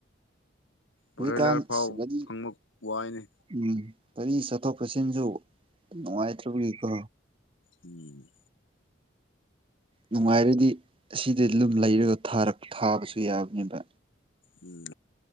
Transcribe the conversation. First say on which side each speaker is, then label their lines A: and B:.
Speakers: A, on the right; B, on the left.
A: ꯍꯧꯖꯤꯛꯀꯥꯟ
B: ꯕ꯭ꯔꯣꯏꯂꯔ ꯂꯣꯏ ꯐꯥꯎ
A: ꯑꯁ ꯒꯥꯔꯤ
B: ꯐꯪꯕ ꯋꯥꯏꯅꯤ
A: ꯎꯝ ꯒꯔꯤ ꯆꯠꯊꯣꯛ ꯆꯠꯁꯤꯟꯁꯨ ꯅꯨꯡꯉꯥꯏꯇ꯭ꯔꯕꯒꯤꯀꯣ
B: ꯎꯝ
A: ꯅꯨꯡꯉꯥꯏꯔꯗꯤ ꯑꯁꯤꯗ ꯂꯨꯝ ꯂꯩꯔꯒ ꯊꯥꯕꯁꯨ ꯌꯥꯕꯅꯦꯕ
B: ꯎꯝ